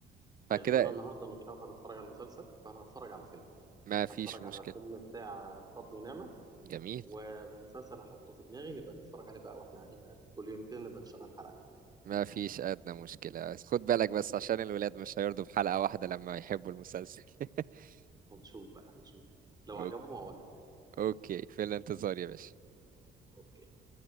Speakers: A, on the right; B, on the right.
A: طيب
B: فكده
A: انا النهارده مش هقدر اتفرج على المسلسل فانا هتفرج على الفيلم
B: ما فيش
A: هتفرج
B: مشكلة
A: على فيلم بتاع فضل ونعمة
B: جميل
A: ومسلسل هحطه في دماغي نبقى نتفرج عليه بقى واحنا قاعدين بناكل كل يوم كده نبقى نشغل حلقة
B: ما فيش أدنى مشكلة خد بالك بس عشان الولاد مش هيرضوا بحلقة واحدة لما يحبوا المسلسل <laughs>
A: هنشوف بقى هنشوف لو
B: أوك-
A: عجبهم هقول لك
B: اوكي في الانتظار يا باشا
A: اوكي